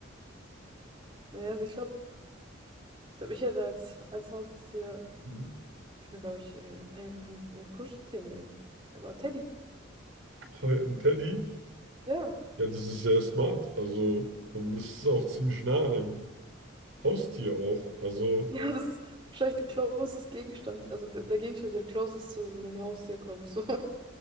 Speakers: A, on the right; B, on the right.
A: Naja, also ich glaube, ich glaube, ich hätte als, als Haustier,
B: Mhm.
A: ich mir glaube ich, ein, einfach ein, ein Kuscheltier nehmen. Aber Teddy,
B: Oh, Ein Teddy.
A: ja. <laughs>
B: Ja, das ist sehr smart. Also, dann ist es auch ziemlich nah an einem Haustier auch. Also,
A: Ja, das ist wahrscheinlich der closest Gegenstand, also der, der Gegenstand, der closest zu so einem Haustier kommt. So. <laughs>